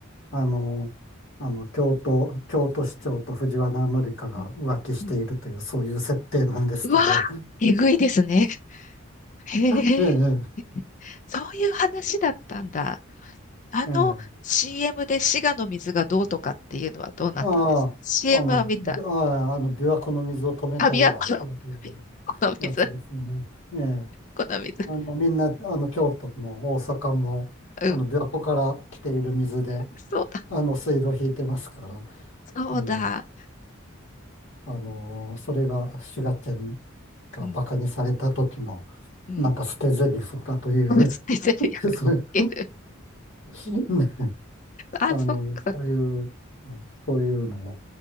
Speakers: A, on the left; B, on the left.
A: あの、あの、京都、京都市長と藤原紀香が浮気しているという、
B: ん、うん、
A: そういう設定なんですけど、
B: うわー、えぐいですね。へえ、
A: ええ、え
B: そういう話だったんだ。あの
A: え、ええ、
B: CM で滋賀の水がどうとかっていうのはどうなったんです
A: ああ、
B: ?CM
A: あの、
B: は見た。
A: びああ、あの、琵琶湖の水を止めたるわってやつ、
B: あ、琵琶湖の、琵琶湖の水、
A: やつですね。ええ、
B: この水。
A: あの、みんな、あの、京都も大阪も、
B: うん。
A: あの、琵琶湖から来ている水で、
B: そうだ。
A: あの、水道を引いてますから、
B: そうだ。
A: あの、あのーそれが滋賀県が馬鹿にされた時の、
B: うん。うん。
A: なんか捨て台詞だという
B: <laughs> つてゼリフつける。
A: <laughs> そういう <laughs> ね
B: あ、
A: あの、
B: そっか、
A: そういう、
B: そっか。
A: そういうのを、